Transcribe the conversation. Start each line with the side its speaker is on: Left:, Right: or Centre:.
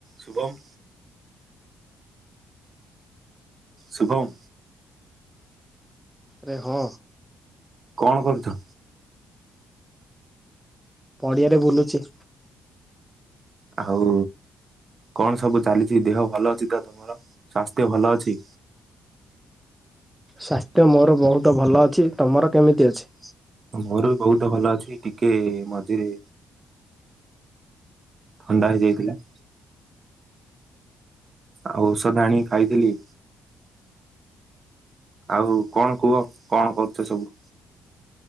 Right: ଶୁଭମ୍ ଶୁଭମ୍।
Centre: ରେ ହଁ।
Right: କଣ କରୁଛ?
Centre: ପଡିଆରେ ବୁଲୁଛି।
Right: ଆଉ କଣ ସବୁ ଚାଲିଛି ଦେହ ଭଲ ଅଛି ତ ତମର ସ୍ଵାସ୍ଥ୍ୟ ଭଲ ଅଛି।
Centre: ସ୍ୱାସ୍ଥ୍ୟ ମୋର ବହୁତ ଭଲ ଅଛି ତୁମର କେମିତି ଅଛି?
Right: ମୋର ବି ବହୁତ ଭଲ ଅଛି ଟିକେ ମଝିରେ ଥଣ୍ଡା ହେଇଯାଇଥିଲା। ଆଉ ଔଷଧ ଆଣିକି ଖାଇଥିଲି। ଆଉ କଣ କୁହ କଣ କରୁଛ ସବୁ?